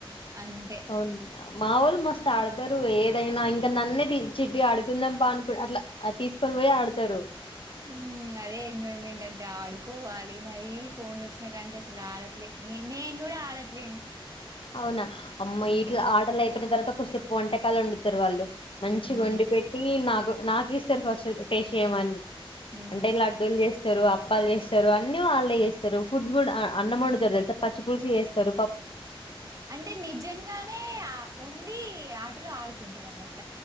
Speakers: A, on the right; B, on the left.
A: అంతే.
B: అవును మా వొళ్ళు మస్త్ ఆడతారు ఏ ఏదైనా ఇంకా నన్నే చిట్ ఆడుకుందాం పా అని అట్లా తీసుకొని పోయి ఆడతారు
A: మ్ అదే ఎంజాయ్మెంట్ అంటే ఆడుకోవాలి మరి ఫోన్లో వచ్చి నాయి కాని జస్ట్ ఆడట్లే మీ నేను కూడా ఆడట్లేను
B: అవునా అమ్మ
A: హ్మ్.
B: ఇట్లా ఆటలు అయిపోయిన తర్వాత కొసేపు వంటకాలు వండుతారు వాళ్ళు మంచి
A: హ్మ్.
B: గొండి పెట్టి నాకు నాకు ఇస్తారు ఫస్ట్ టేస్ట్ చేయమని
A: హ్మ్.
B: అంటే లడ్డూలు చేస్తే స్తారు అప్పాల్ చేస్తారు అన్ని వాళ్ళే చేస్తారు ఫుడ్ కూడా అన్నం వండుతారు తెలుసా పచ్చి పులుసు వేస్తారు పప్
A: అంటే నిజంగానే వండి ఆటలు ఆడుకుంటారు అన్నట్టు